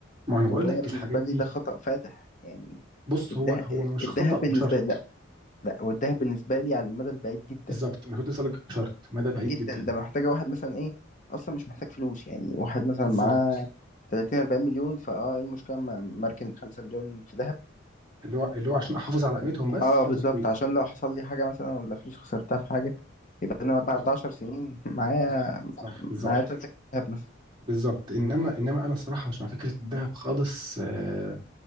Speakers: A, on the right (about 20°); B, on the left (about 40°).
A: ما انا
B: وانا
A: بقول لك
B: بالنسبه
A: الحاجات دي
B: لي ده خطأ فادح يعني
A: بص
B: الذهب
A: هو هو مش
B: الذهب
A: خطا
B: بالنسبه
A: بشرط
B: لي لا لا والذهب بالنسبه لي على المدى البعيد جدا
A: بالظبط انا كنت اسالك بشرط مدى بعيد
B: جدا
A: جدا
B: ده محتاجة واحد مثلا ايه اصلا مش محتاج فلوس يعني واحد مثلا
A: بالظبط
B: معاه 30 40 مليون فاه ايه المشكلة اما مركن 5 مليون في ذهب
A: اللي هو اللي هو عشان احافظ على قيمتهم بس
B: اه
A: فتره
B: بالظبط
A: طويله
B: عشان لو حصل لي حاجة مثلا ولا فلوس خسرتها في حاجة يبقى انا بعد
A: صح
B: 10 سنين معايا
A: صح صح بالظبط
B: معايا صح 30 ذهب مثلا
A: بالظبط انما انما انا الصراحه مش مع فكره الذهب خالص آه،